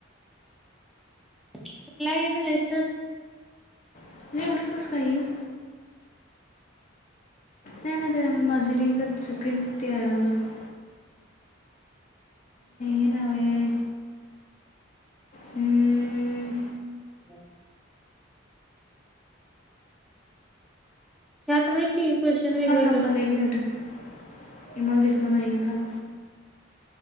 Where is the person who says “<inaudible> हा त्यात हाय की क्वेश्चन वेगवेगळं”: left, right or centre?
Centre